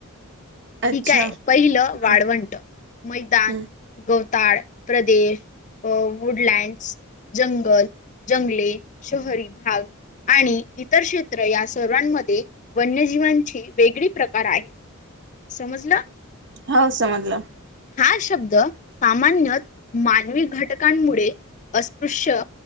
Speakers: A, on the left; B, on the right.
A: <inaudible>
B: अच्छा
A: ठीकय पहिलं
B: हम्म
A: वाळवंट <inaudible> मैदान
B: हम्म
A: गवताळ प्रदेश अ वुडलँड्स <inaudible> जंगल जंगले शहरी भाग <inaudible> आणि इतर केत ्र या सर्वांमध्ये वन्यजीवांची वेगळी प्रकार आहेत <inaudible> समजलं
B: होा समजलं <inaudible>
A: हा शब्द सामान्यत मानवी घटकांमुळे अस्पृश्य